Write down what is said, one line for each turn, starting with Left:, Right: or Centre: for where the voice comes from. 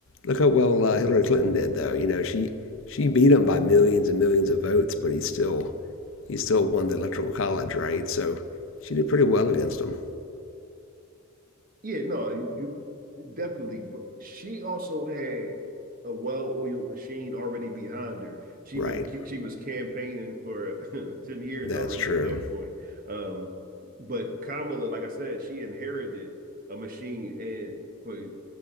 Left: look how well uh, Hillary Clinton did though. You know, she she beat him by millions and millions of votes, but he still he still won the electoral college, right? So she did pretty well against him.
Right: yeah, no, you, you definitely. But she also had a well-oiled machine already behind her. She
Left: Right.
Right: been ca- she was campaigning for <laughs> 10 years
Left: That's
Right: already
Left: true.
Right: at that point. Um, but Kamala, like I said, she inherited a machine. And for